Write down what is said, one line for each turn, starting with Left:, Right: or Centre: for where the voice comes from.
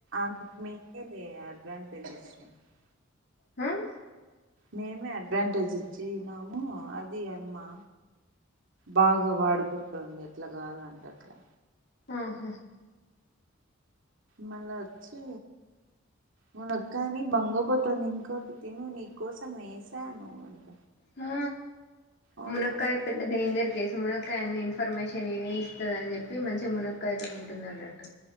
Right: <unintelligible> <unintelligible>
Left: హమ్మ్
Right: మేమే అడ్వాంటేజ్ ఇచ్చిన్నాము అది ఆ అమ్మా బాగా వాడిపోతాందే ట్లా కావాలంటే అట్లా
Left: ఆహూ
Right: మళ్ళ వచ్చి మునక్కానీ బంగపోతుంది ఇంకోటి తిను నీకోసం ఏసాను అంట
Left: హా
Right: ఓయమ్మ
Left: మునక్కాయ పెద్ద డేంజర్ కేస్ తు మునక్కాయ్ అన్నీ ఇన్ఫర్మేషన్ ఏ ఇస్తదని చెప్పి మంచిగా మునక్కైతే ఉంటుంది అన్నట్టు